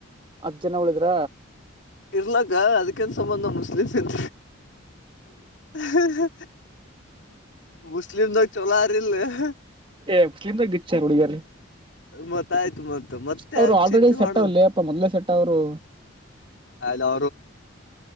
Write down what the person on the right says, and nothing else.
ಹತ್ ಜನ ಉಳಿದ್ರ
ಏ ಮುಸ್ಲಿಂಮದಾಗ ರಿಚ್ಚ್ ಅವರೇ ಹುಡುಗಿಯರು
ಅವ್ರು
ಆಲ್ರೆಡಿ
ಸೆಟ್
ಅವಲ್ಲೇ ಅಪ್ಪ ಮೊದ್ಲೇ ಸೆಟ್ ಅವರು